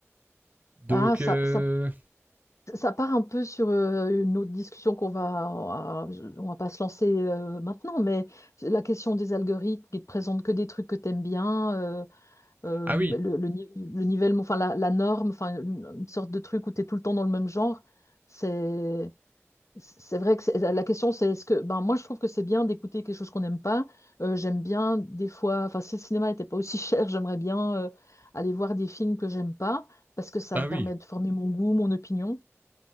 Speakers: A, on the right (about 35°); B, on the left (about 80°).
A: Donc
B: ah ça,
A: euh,
B: ça ça part un peu sur euh, une autre discussion qu'on va on va pas se lancer euh, maintenant mais la question des algorithmes qui te présentent que des trucs que t'aimes bien euh, le,
A: ah oui,
B: le, ni- le nivellement, enfin la, la norme, enfin une une sorte de truc où tu es tout le temps dans le même genre, c'est c'est vrai que c'est- la question c'est est-ce que ben moi je trouve que c'est bien d'écouter quelque chose qu'on n'aime pas. Euh, j'aime bien des fois, enfin si le cinéma n'était pas aussi <laughs> cher, j'aimerais bien euh, aller voir des films que j'aime pas parce que ça
A: ah
B: me permet
A: oui.
B: de former mon goût, mon opinion